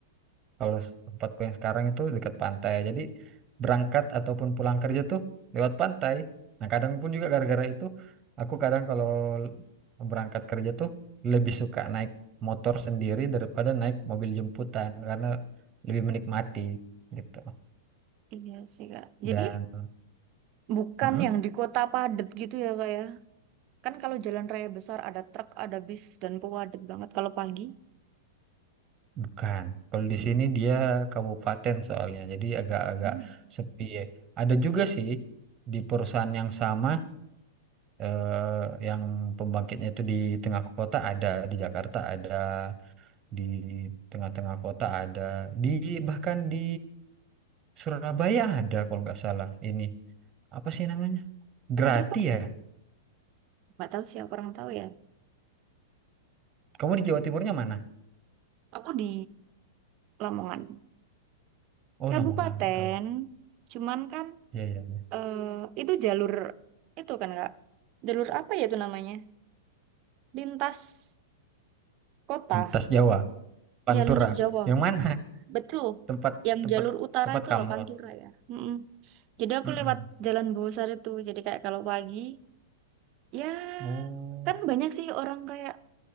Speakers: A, on the right; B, on the right.
A: kalau tempatku yang sekarang itu dekat pantai. Jadi berangkat ataupun pulang kerja tuh lewat pantai. Nah, kadang pun juga gara-gara itu aku kadang kalau berangkat kerja tuh lebih suka naik motor sendiri daripada naik mobil jemputan karena lebih menikmati gitu.
B: Iya sih, Kak. Jadi
A: Dan
B: bukan
A: Mm-mm,
B: yang di kota padat gitu ya, Kak ya? Kan kalau jalan raya besar ada truk, ada bis, dan padat banget kalau pagi.
A: bukan. Kalau di sini dia kabupaten soalnya. Jadi agak-agak
B: Hmm.
A: sepi. Ada juga sih di perusahaan yang sama eh, yang pembangkitnya itu di tengah kota ada, di Jakarta ada, di tengah-tengah kota ada, di bahkan di Surabaya ada kalau nggak salah ini. Apa sih namanya? Grati
B: Ada kok,
A: ya?
B: nggak tahu siapa orang tahu ya.
A: Kamu di Jawa Timurnya mana?
B: Aku di Lamongan,
A: Oh,
B: kabupaten.
A: Lamongan nggak tahu.
B: Cuman kan
A: Iya, iya, iya.
B: eh, itu jalur itu kan kak, jalur apa ya itu namanya? Lintas kota,
A: Lintas Jawa, Pantura.
B: ya lintas Jawa,
A: Yang mana? <laughs>
B: betul.
A: Tempat
B: Yang
A: tempat
B: jalur utara
A: tempat
B: itu
A: kamu.
B: apa Pantura ya. Mm-mm. Jadi aku
A: Mm-mm.
B: lewat Jalan Bosar itu. Jadi kayak kalau pagi, ya
A: Oh,
B: kan banyak sih orang kayak